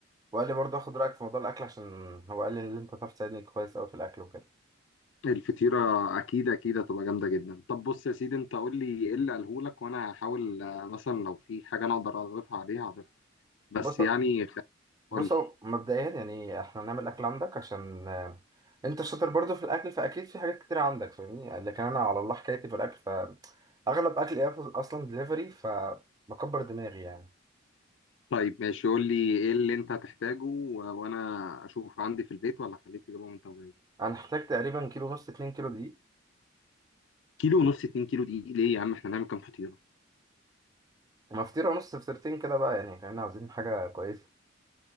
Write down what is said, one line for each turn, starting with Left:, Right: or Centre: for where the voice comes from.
Right: وقال لي برضه اخد رايك في موضوع الاكل عشان هو قال لي ان انت تعرف تساعدني كويس قوي في الاكل وكده
Left: الفطيرة أكيد أكيد هتبقى جامدة جدا طب بص يا سيدي أنت قول لي إيه اللي قالهولك وأنا هحاول آه، مثلا لو في حاجة أنا أقدر أضيفها عليها هضيفها بس
Right: بص
Left: يعني خ-
Right: بص
Left: قول لي
Right: هو مبدئيا يعني احنا نعمل الاكل عندك عشان آه، انت شاطر برضو في الاكل فاكيد في حاجات كتير عندك فاهمني لكن انا على الله حكايتي في الاكل فاغلب اكلي أص- اصلا دليفري فبكبر دماغي يعني
Left: طيب ماشي قول لي إيه اللي أنت هتحتاجه و- وأنا أشوف عندي في البيت ولا خليك تجيبه من تمرين
Right: انا احتاج تقريبا كيلو ونص 2 كيلو دقيق
Left: كيلو ونص اتنين كيلو دي ليه يا عم احنا هنعمل كام فطيرة
Right: مفطيره ونص فطيرتين كده بقى يعني فاهمني عاوزين حاجه كويسه